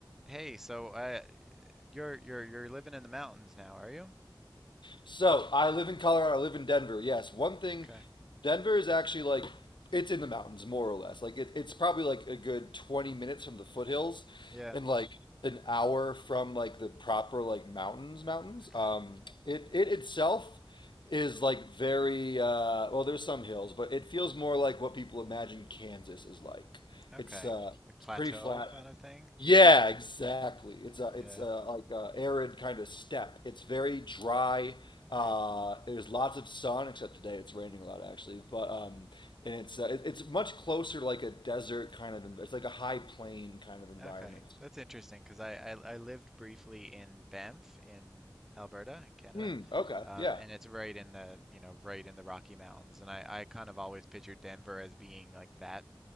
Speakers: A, in the centre; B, on the left (about 75°).
A: Hey, so uh, you're you're you're living in the mountains now, are you?
B: So I live in Colorado. I live in Denver. Yes, one thing,
A: Okay.
B: Denver is actually like it's in the mountains more or less. Like it, it's probably like a good twenty minutes from the foothills,
A: Yeah.
B: and like an hour from like the proper like mountains. Mountains.
A: Okay.
B: Um, it it itself is like very uh, well. There's some hills, but it feels more like what people imagine Kansas is like.
A: Okay.
B: It's uh,
A: Like plateau
B: it's pretty flat.
A: kind of thing.
B: Yeah, exactly. It's a it's
A: Yeah.
B: a like a arid kind of steppe. It's very dry. Uh,
A: Right.
B: there's lots of sun, except today it's raining a lot actually. But um,
A: Mm.
B: and it's uh, it, it's much closer to like a desert kind of. env- It's like a high plain kind of environment.
A: Okay. That's interesting because I, I I lived briefly in Banff in Alberta in Canada,
B: Hmm. Okay.
A: um,
B: Yeah.
A: and it's right in the you know right in the Rocky Mountains, and I I kind of always pictured Denver as being like that